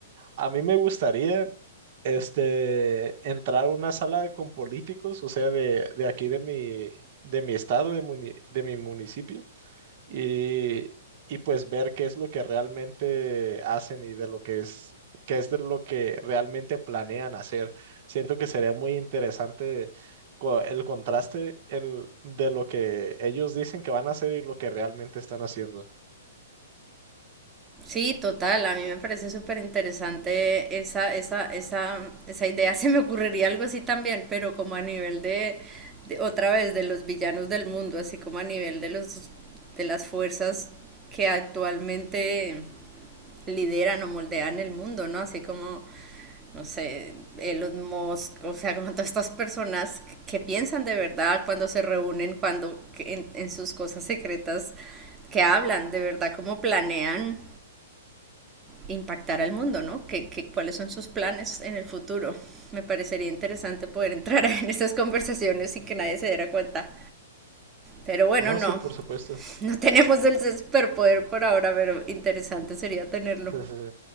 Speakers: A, on the right; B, on the right.
A: a mí me gustaría este, entrar a una sala con políticos, o sea, de, de aquí de mi, de mi estado, de, muni- de mi municipio, y, y pues ver qué es lo que realmente hacen y de lo que es, qué es de lo que realmente planean hacer. Siento que sería muy interesante co- el contraste en- de lo que ellos dicen que van a hacer y lo que realmente están haciendo.
B: Sí, total, a mí me parece súper interesante esa, esa, esa, esa idea. <laughs> Se me ocurriría algo así también, pero como a nivel de, de- otra vez, de los villanos del mundo, así como a nivel de los, de las fuerzas que actualmente lideran o moldean el mundo, ¿no? Así como, no sé, Elon Musk, o sea, como todas estas personas que piensan de verdad cuando se reúnen, cuando que en, en sus cosas secretas, que hablan de verdad, cómo planean impactar al mundo, ¿no? ¿Qué, qué, cuáles son sus planes en el futuro? Me parecería interesante poder entrar <laughs> en estas conversaciones sin que nadie se diera cuenta. Pero bueno,
A: No,
B: no.
A: sí, por supuesto.
B: No tenemos el superpoder por ahora, pero interesante sería tenerlo.
A: Sí, sí, sí.